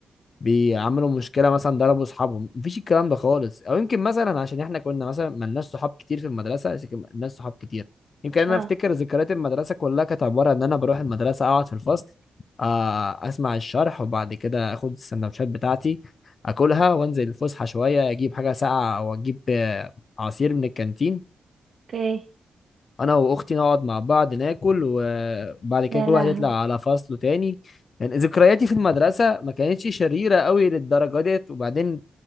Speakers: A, on the left (about 40°); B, on the right (about 55°).
A: بيعملوا مشكله مثلا ضربوا اصحابهم مفيش الكلام ده خالص او يمكن مثلا عشان احنا كنا مثلا ملناش صحاب كتير في المدرسه بس كان ملناش صحاب كتير يمكن انا
B: اه
A: افتكر ذكريات المدرسه كلها كانت عباره ان انا بروح المدرسه اقعد في الفصل آه، اسمع الشرح وبعد كده اخد السندوتشات بتاعتي اكلها وانزل الفسحه شويه اجيب حاجه ساقعه او اجيب آه، عصير من الكانتين
B: اوكي
A: انا واختي نقعد مع بعض ناكل وبعد كده
B: يا
A: كل
B: لهوي
A: واحد يطلع على فصله تاني يعني ذكرياتي في المدرسه ما كانتش شريره قوي للدرجه ديت وبعدين